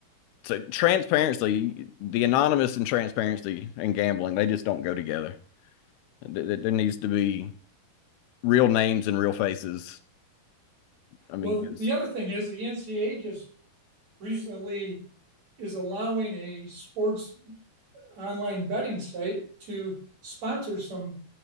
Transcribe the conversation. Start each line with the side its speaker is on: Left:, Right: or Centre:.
Left: So transparency, the anonymous and transparency and gambling, they just don't go together. Th- There needs to be real names and real faces. I mean,
Right: Well,
Left: 'cause-
Right: the other thing is the NCAA just recently is allowing a sports online betting site to sponsor some